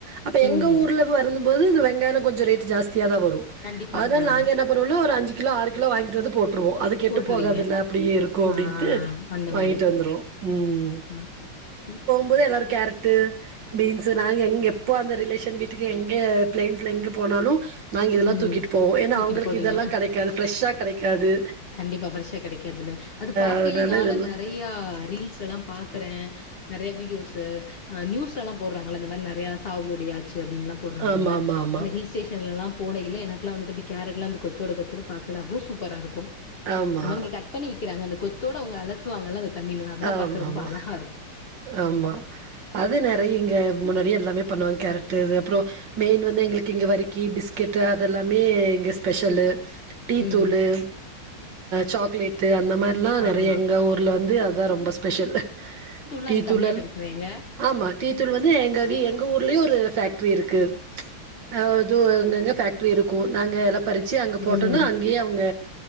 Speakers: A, on the right; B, on the left.
A: அப்ப எங்க
B: ம்
A: ஊர்ல வரும் போது இந்த வெங்காயம் கொஞ்ச ரேட் ஜாஸ்தியா தா வரும்
B: கண்டிப்பா
A: அதனால
B: ஆமா
A: நாங்க என்ன என்ன பண்ணுவோன்னா ஒரு அஞ்சி கிலோ ஆறு கிலோ வாங்கிட்டு வந்து போட்டுருவோ அதுக்கு
B: போட்டுருவீங்க
A: கெட்டு போகதுல்ல அப்டியே இருக்கும்
B: ஆ
A: அப்டின்ட்டு
B: அந்த
A: வாங்கிட்டு
B: மாரி
A: வந்துருவோ ம்
B: ம் ம்
A: போ எல்லாரும் கேரட்டு பீன்ஸ் நாங்க எங்க எப்போ அந்த ரிலேஷன் வீட்டு எங்க பிளைன்ஸ்ல எங்க போனாலு நாங்க இதெல்லா
B: ம்
A: தூக்கிட்டு போவோ ஏன்னா
B: தூக்கிட்டு
A: அவங்களுக்கு
B: போவீங்க
A: இதெல்லா கிடைக்காது ஃரெஷ்ஷா கிடைக்காது
B: கண்டிப்பா ஃரெஷ் கிடைக்காதுல அது பாக்கயில
A: அதனால
B: நாள
A: இதெல்லாம்
B: நெறையா ரீல்ஸ் எல்லா பாக்குற நெறைய வீடியோஸ் நியூஸ்ல எல்லா போடுறாங்கள இந்த மாதிரி நெறைய சாகுபடியாச்சு அப்டினுல்லா போடுறாங்கல்ல
A: ஆமாமாமா.
B: அந்த ஹில்ஸ் டேஷன்ல எல்லா போட இல்ல எனக்குல்லா வந்துட்டுப்ப கேரட்லா அந்து கொத்தோட கொத்தோட பாக்குறப்ப அவ்ளோ சூப்பரா இருக்கும்
A: ஆமா.
B: நம்ம
A: ஆமா.
B: இங்க கட் பண்ணி வக்கிறாங்க அந்த கொத்தோட அவங்க அலசுவாங்கல்லா அந்த தண்ணியில அதெல்லா
A: ஆமா.
B: பாக்க
A: ஆமாமா,
B: ரொம்ப அழகா இருக்கும்
A: ஆமா அது நெறைய இங்க முன்னாடியே எல்லாமே பண்ணுவாங்க கேரட்டு இது அப்பற மெயின் வந்து எங்களுக்கு இங்க வரிக்கி பிஸ்கெட்டு் அதெல்லாமே இங்க ஸ்பெஷல் டீ தூள்ளு
B: ம்.
A: சாக்லேட் அந்த மாதிரி அதெல்லா நெறைய
B: ஆமா.
A: எங்க ஊருள்ள வந்து அதுதா ரொம்ப ஸ்பெஷல்
B: நாங்க
A: டீ
B: கம்மியா
A: தூளல்
B: கிடைக்குங்க
A: ஆமா டீ தூள் வந்து எங்க எங்க ஊர்லயு ஒரு ஃபேக்ட்ரி இருக்கு அ அது அங்கங்க ஃபேக்டரி இருக்கு நாங்க எல்லா பறிச்ச அங்க போட்டோம்னா
B: ம்
A: அங்கயே அவங்க